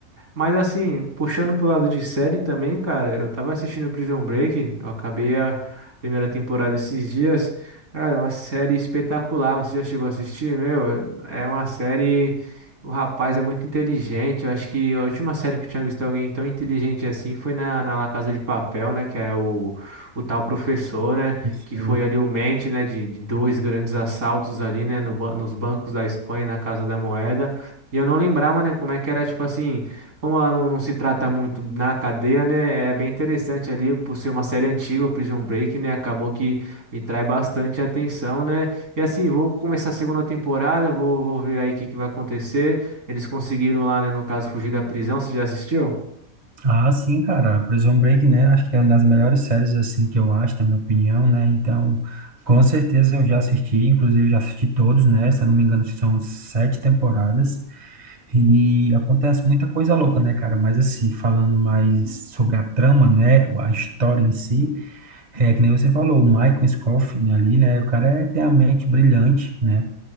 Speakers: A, on the right; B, on the right.
A: Mas assim, puxando pro lado de série também, cara, eu tava assistindo Prison Break, eu acabei a primeira temporada esses dias. Cara, é uma série espetacular, você já chegou a assistir? Meu, é uma série. O rapaz é muito inteligente. Eu acho que a última série que eu tinha visto alguém tão inteligente assim foi na, na La Casa de Papel, né? Que era o, o tal professor, né?
B: Isso
A: Que foi ali o mente, né? De, de dois grandes assaltos ali, né? no ban- nos bancos da Espanha, na Casa da Moeda. E eu não lembrava, né, como é que era, tipo assim, como lá não, não se trata muito na cadeia, né? É bem interessante ali, por ser uma série antiga, o Prison Break, né? Acabou que me trai bastante atenção, né? E assim, vou começar a segunda temporada, vou, vou ver aí o que, que vai acontecer. Eles conseguiram lá, né, no caso, fugir da prisão. Você já assistiu?
B: Ah, sim, cara, Prison Break, né? Acho que é uma das melhores séries, assim, que eu acho, na minha opinião, né? Então, com certeza eu já assisti, inclusive já assisti todos, né? Se eu não me engano, são sete temporadas e acontece muita coisa louca, né, cara? Mas, assim, falando mais sobre a trama, né? A história em si, é que nem você falou, o Michael Scofield ali, né? O cara é- tem a mente brilhante, né?